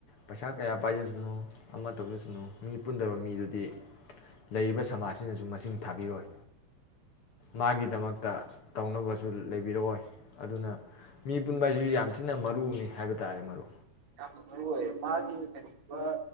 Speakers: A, on the left (about 55°); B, on the right (about 65°).
A: ꯄꯩꯁꯥ ꯀꯌꯥ ꯄꯥꯏꯖꯁꯅꯨ ꯑꯃ ꯇꯧꯖꯁꯅꯨ ꯃꯤ ꯄꯨꯟꯗꯕ ꯃꯤꯗꯨꯗꯤ ꯂꯩꯔꯤꯕ ꯁꯃꯥꯖꯁꯤꯅꯁꯨ ꯃꯁꯤꯡ ꯊꯥꯕꯤꯔꯣꯏ ꯃꯥꯒꯤꯗꯃꯛꯇ ꯇꯧꯅꯕꯁꯨ ꯂꯩꯕꯤꯔꯛꯑꯣꯏ ꯑꯗꯨꯅ ꯃꯤ ꯄꯨꯟꯕ ꯍꯥꯏꯁꯤꯁꯨ ꯌꯥꯝ ꯊꯤꯅ ꯃꯔꯨꯅꯤ ꯍꯥꯏꯕ ꯇꯥꯔꯦ ꯃꯔꯨ
B: ꯌꯥꯝꯣꯏ ꯃꯥꯒꯤ ꯇꯔꯤ ꯐ